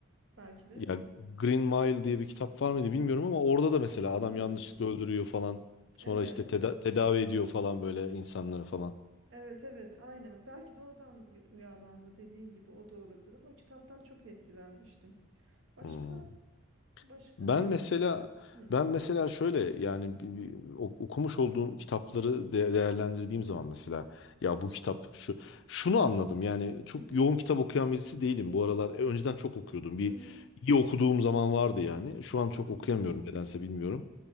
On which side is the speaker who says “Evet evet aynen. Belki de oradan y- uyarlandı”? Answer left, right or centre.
Right